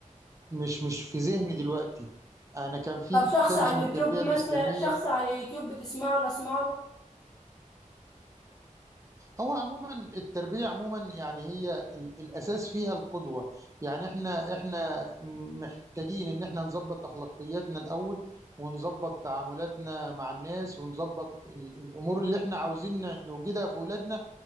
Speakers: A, on the right; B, on the left.
A: مش مش في ذهني دلوقتي انا كان في
B: طب شخص
A: كتاب
B: على
A: اسمه
B: اليوتيوب
A: التربية
B: مثلا
A: الإسلامية
B: شخص على اليوتيوب بتسمع له اسمع له
A: هو عموما التربية عموما يعني هي ال- الأساس فيها القدوة يعني احنا احنا محتاجين ان احنا نظبط أخلاقياتنا الأول ونظبط تعاملاتنا مع الناس ونظبط ال- الأمور اللي احنا عاوزين نوجدها في أولادنا